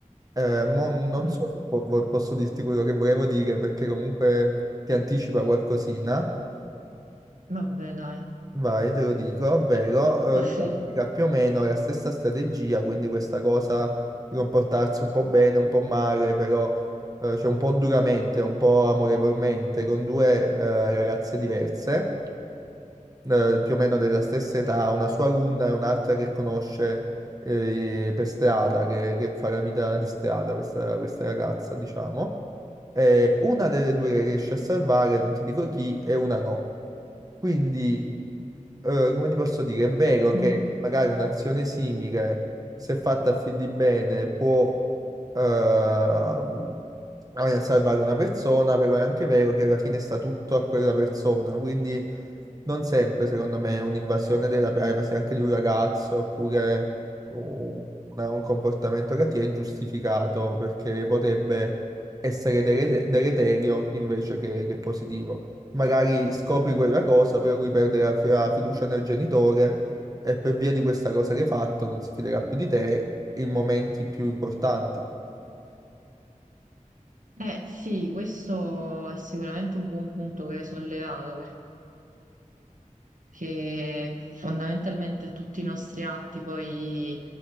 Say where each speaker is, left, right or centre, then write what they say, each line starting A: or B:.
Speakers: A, on the right (about 25°); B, on the right (about 70°).
A: Eh, mo non
B: mm,
A: so se po- vo- posso dirti quello che volevo dire perché comunque ti anticipa qualcosina.
B: vabbè, dai,
A: Vai, te lo dico, ovvero
B: <laughs>
A: eh,
B: Ah,
A: Vai. lui
B: sì.
A: applica più o meno la stessa strategia, quindi questa cosa di comportarsi un po' bene, un po' male, però eh, cioè un po' duramente, un po' amorevolmente, con due eh, ragazze diverse, eh, più o meno della stessa età, una sua alunna e un'altra che conosce eh, per strada, che, che fa la vita di strada, questa, questa ragazza, diciamo. Eh, una delle due che riesce a salvare, non ti dico chi, e una no. Quindi eh, come ti posso dire, è vero
B: Mm.
A: che magari un'azione simile, se fatta a fin di bene, può ehm, a- salvare una persona, però è anche vero che alla fine sta tutto a quella persona, quindi non sempre, secondo me, un'invasione della privacy anche di un ragazzo oppure u- una- un comportamento cattivo è giustificato perché potrebbe essere dele- deleterio invece che che positivo magari scopri quella cosa, però lui perde la, fi- la fiducia nel genitore e per via di questa cosa che hai fatto non si fiderà più di te in momenti più importanti.
B: Eh sì, questo è sicuramente un buon punto che hai sollevato perché fondamentalmente a tutti i nostri atti poi